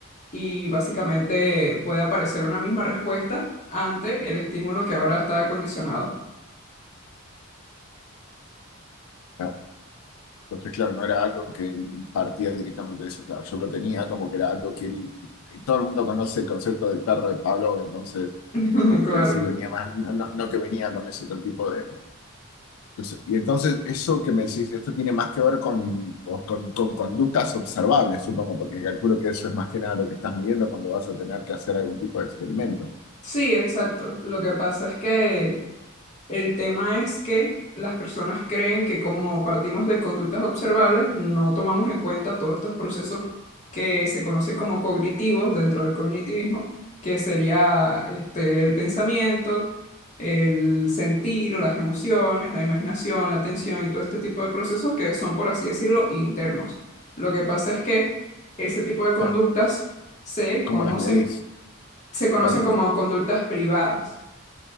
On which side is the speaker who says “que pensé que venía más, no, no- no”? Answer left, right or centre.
Left